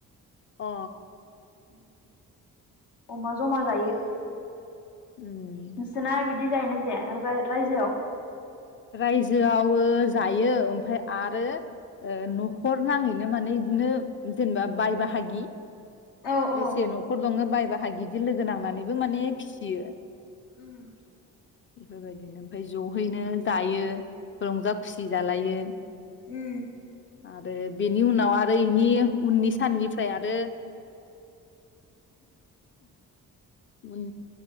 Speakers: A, on the left; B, on the left.
A: अ।
B: उम। अमा जमा जायो।
A: उम
B: नोंसना इबिद दि जायनो जाया राय रायजोआव
A: रायजोआवयो जायो ओमफाय आरो नखर नाङैनो माने बिदिनो जेनेबा बाय बाहागि
B: औ औ
A: जेसे नखर दङ बायबा बाय गिदिर लोगो नांनानैबो माने फिसियो।
B: उम।
A: बेफोरबायदिनो ओमफ्राय जहैनो जायो। रंजा खुसि जालायो।
B: उम
A: आरो बेनि उनाव आरो इनि उननि साननिफ्राय आरो उन